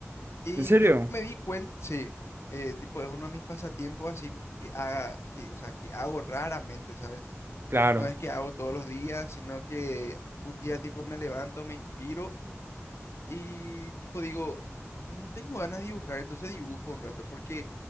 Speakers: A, on the left (about 60°); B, on the right (about 50°).
A: Y
B: ¿En serio?
A: yo me di cuenta, sí, eh, tipo, es uno de mis pasatiempos así que haga, que, o sea, que hago raramente, ¿sabes?
B: Claro.
A: No es que hago todos los días, sino que un día, tipo, me levanto, me inspiro y, tipo, digo, "Mm, tengo ganas de dibujar, entonces dibujo un rato, porque